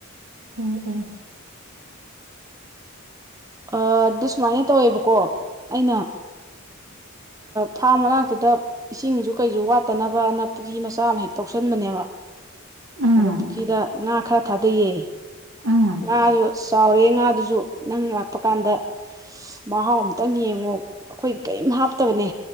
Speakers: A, on the right; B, on the right.
A: ꯑꯣ ꯑꯣ
B: ꯑꯗꯨ ꯁꯨꯃꯥꯏꯅ ꯇꯧꯋꯦꯕꯀꯣ ꯑꯩꯅ ꯐꯥꯔꯝ ꯃꯅꯥꯛꯇꯨꯗ ꯏꯁꯤꯡꯁꯨ ꯀꯩꯁꯨ ꯋꯥꯠꯇꯅꯕꯅ ꯄꯨꯔꯤ ꯃꯆꯥ ꯑꯃ ꯍꯦꯛ ꯇꯧꯁꯟꯕꯅꯦꯕ
A: ꯎꯝ
B: ꯑꯗ ꯄꯨꯈꯤꯗ ꯉꯥ ꯈꯔ ꯊꯥꯗꯣꯏꯌꯦ
A: ꯎꯝ
B: ꯑ ꯑꯗꯨ ꯆꯥꯎꯔꯦ ꯉꯥꯗꯨꯁꯨ ꯅꯪ ꯂꯥꯛ ꯍꯥꯞꯄꯀꯥꯟꯗ ꯃꯍꯥꯎ ꯑꯃꯝꯇꯪ ꯌꯦꯡꯉꯣ ꯑꯩꯈꯣꯏꯗꯤ ꯀꯔꯤꯝ ꯍꯥꯞꯇꯕꯅꯦ